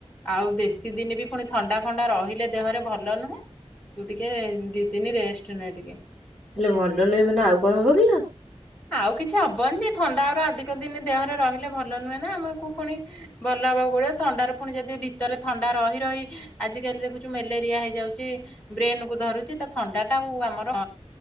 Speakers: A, on the left; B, in the centre.
A: ଆଉ ଦେଶୀ ଦିନ ବି ପୁଣି ଥଣ୍ଡା ଫଣ୍ଡା ରହିଲେ ଦେହରେ ଭଲ ନୁହେଁ। ତୁ ଟିକେ ଦି ଦିନି ରେଷ୍ଟ ନେ ଟିକେ।
B: ହେଲେ ଭଲ ନୁହେଁ ମାନେ ଆଉ କଣ ହବ କିଲୋ।
A: ଆଉ କିଛି ହବନି ଯେ ଥଣ୍ଡା ଗୁଡ଼ା ଅଧିକ ଦିନ ଦେହରେ ରହିଲେ ଭଲ ନୁହେଁ ନା ଆମକୁ ପୁଣି ଭଲ ହବାକୁ ପଡିବ ଥଣ୍ଡାରେ ପୁଣି ଯଦି ଭିତରେ ଥଣ୍ଡା ରହି ରହି ଆଜିକାଲି ଦେଖୁଛୁ ମ୍ୟାଲେରିଆ ହେଇଯାଉଛି ବ୍ରେନ କୁ ଧରୁଛି ତ ଥଣ୍ଡା ଟା ମୁ ଆମର